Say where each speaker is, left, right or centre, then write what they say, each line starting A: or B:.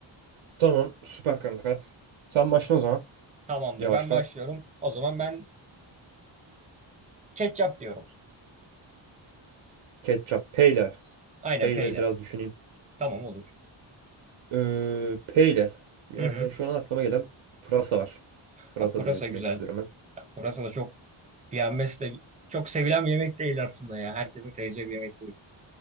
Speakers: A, on the right; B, on the right.
A: Tamam süper kanka. Sen başla o zaman.
B: Tamamdır
A: Yavaştan.
B: ben başlıyorum. O zaman ben ketçap diyorum.
A: Ketçap. P ile.
B: Aynen
A: P
B: peyle.
A: ile biraz düşüneyim.
B: Tamam olur.
A: Ee, P ile. Yani
B: Hı hı.
A: şu an aklıma gelen pırasa var. Pırasa
B: Ha, pırasa
A: demek
B: güzel.
A: istiyorum
B: Ya, Pırasa da çok yenmesi de çok sevilen bir yemek değil aslında ya. Herkesin seveceği bir yemek değil.